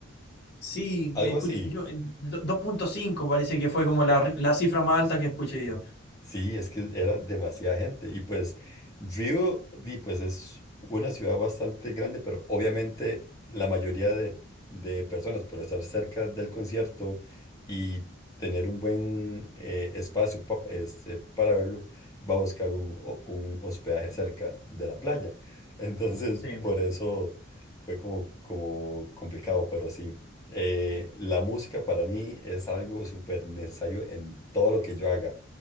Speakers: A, on the left (about 55°); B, on the left (about 15°).
A: Sí,
B: Algo
A: escuché,
B: así.
A: yo, eh, do- dos punto cinco parece que fue como la, ri- la cifra más alta que escuché yo.
B: Sí, es que era demasiada gente. Y pues Río, di, pues es una ciudad bastante grande, pero obviamente la mayoría de, de personas por estar cerca del concierto y tener un buen eh, espacio pa- este, para verlo, va a buscar un, ho- un hospedaje cerca de la playa. Entonces,
A: Sí.
B: por eso... Fue como, como complicado, pero sí. Eh, la música para mí es algo súper necesario en todo lo que yo haga.